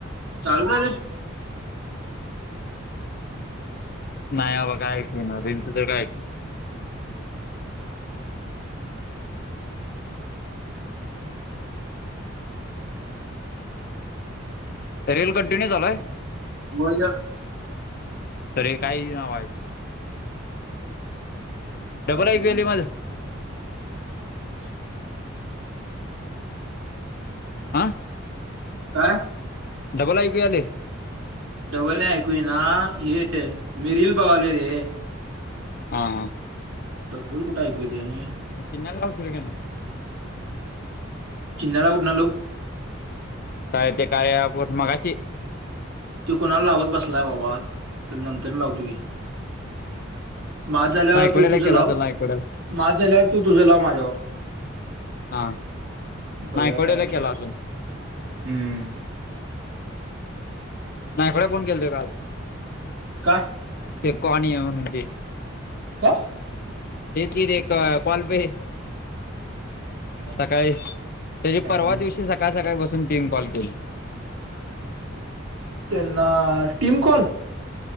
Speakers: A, on the right; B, on the left.
A: चालूच हाय तर.
B: नाय बाबा काय ऐकु ईना रिलचं तर काय रील कंटिन्यू चालू आय?
A: बोल.
B: तरी काय इना डबल
A: चालतंय
B: ऐकू
A: रील.
B: याली माझं?
A: <inaudible>
B: आं?
A: काय?
B: डबल ऐकू यालय?
A: डबल नाय ऐकू इना हे मीर रील बघालूय रे.
B: हां.
A: डबल कुठ ऐकू येतंय आणि?
B: म तिन्याला लावशील का नाय?
A: चिन्याला कुठंन लाऊ?
B: काय ते कार्या ॲप मगशी
A: त्यो कोणाला लावत बसलाय बाबा तर नंतर लावतु की. माझं झाल्यावर
B: नायकवड्याला
A: तू तुझ
B: केला
A: लाव
B: असेल नायकवड्याला
A: माझ झाल्यावर तू तुझ लाव माझ्यावर.
B: हा
A: बघूया
B: नायकवडेण
A: काय विषय
B: केला
A: असतो
B: अजून.
A: हम्म.
B: नायकवाड्यां फोन केलतां कां
A: कां
B: ते कोणी म्हणूंन अवं म्हणते
A: कायं
B: हेचं की एकां कॉल बॅक
A: नाही,
B: सकाळीं त्यांच्या
A: त्यांना
B: पर्वा
A: नाही.
B: दिवशी सकाळीं सकाळीं बसूंन तीनं कॉल केले
A: त्यांना टीम कॉल